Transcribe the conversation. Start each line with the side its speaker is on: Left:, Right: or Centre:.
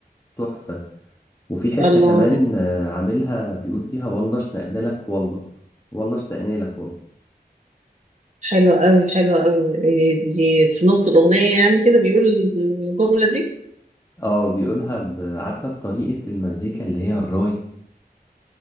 Left: تحفة وفي حتة
Right: الله
Left: كمان
Right: دي
Left: آه، عاملها بيقول فيها والله اشتقنالك والله والله اشتقنالك والله
Right: حلوة قوي حلوة قوي إيه دي في نص الأغنية يعني كده بيقول الجملة دي
Left: اه بيقولها ب- عارفة بطريقة المزيكا اللي هي الراي